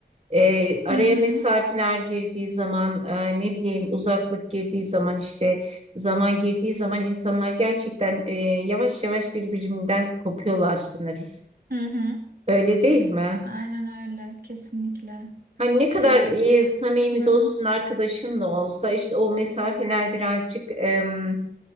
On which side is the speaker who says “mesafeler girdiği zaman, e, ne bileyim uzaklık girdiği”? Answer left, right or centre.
Right